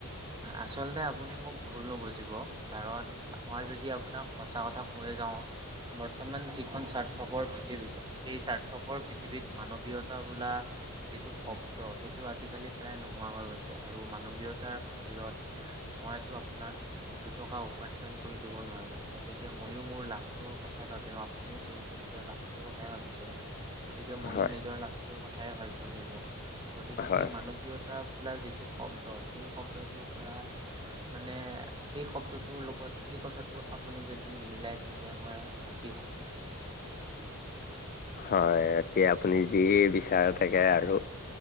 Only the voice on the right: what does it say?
আচলতে আপুনি মোক ভুল নুবুজিব কাৰণ মই যদি আপোনাক। সঁচা কথা কৈয়ে যাওঁ। বৰ্তমান যিখন স্বাৰ্থপৰ পৃথিৱী, সেই স্বাৰ্থপৰ পৃথিৱীত মানৱীয়তা বোলা যিটো শব্দ সেইটো আজিকালি প্ৰায় নোহোৱা হৈ গৈছে। আৰু মানৱীয়তাৰ খাতিৰত মইতো আপোনাক। দুটকা উপাৰ্জন কৰি দিব নোৱাৰো। গতিকে ময়ো মোৰ লাভটোৰ কথাই ভাবি আপুনিও যিহেতু নিজৰ লাভ তোৰ কথাই ভাবিছে। গতিকে ময়ো
নিজৰ লাভটোৰ কথাই ভাবিব লাগিব। গতিকে
সেই মানৱীয়তা। বোলা যিটো শব্দ সেই শব্দটোৰ পৰা। মানে সেই শব্দটোৰ লগত এই কথাটো আপুনি যদি নিমিলাই তেতিয়া মই সুখী হম।